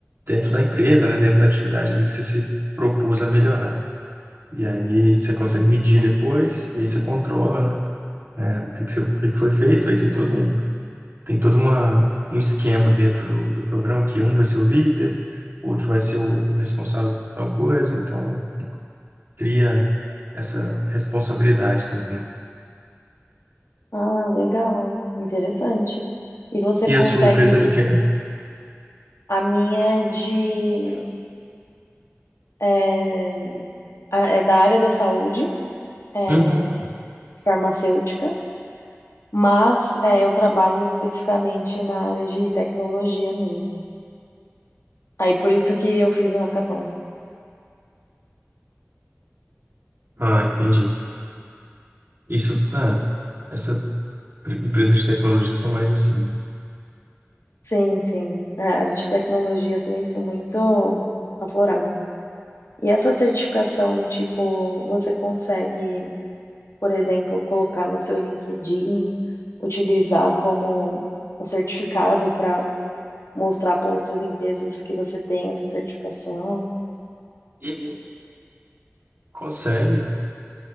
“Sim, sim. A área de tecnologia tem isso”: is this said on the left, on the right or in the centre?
Left